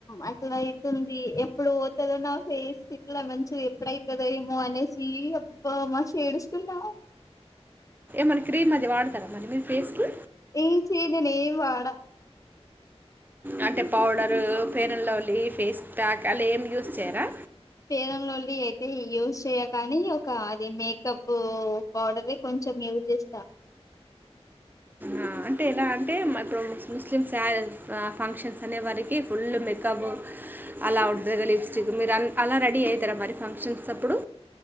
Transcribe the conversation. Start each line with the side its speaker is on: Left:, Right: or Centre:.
Left: అట్లా అయితుంది ఎప్పుడు పోతదో నా ఫేస్ ఇట్ల మెత్ మంచిగా ఎప్పుడైతధో ఏమో అనేసి అబ్బ మస్తు ఏడుస్తున్నా
Right: మలి క్రీమ్ అది వాడతారా మరి మీరు ఫేస్ కి
Left: ఏ చీ నేను ఏం వాడా
Right: అంటే పౌడరు పేరన్ లవలీ ఫేస్ ప్యాక్ అలా ఏమి యూజ్ చేయరా
Left: ఫేర్ అన్ లవ్లీ అయితే యూజ్ చేయ కానీ ఒక అది మేకప్పు పౌడరే కొంచెం యూజ్ చేస్తా
Right: ఆ అంటే ఎలా అంటే మా ఇప్పుడు ముస్లింస్ ఫంక్షన్స్ అనే వారికి ఫుల్ మేకప్ అలా ఉంటది లిప్స్టిక్ మీరు అలా రెడీ అవుతారా మరి ఫంక్షన్స్ అప్పుడు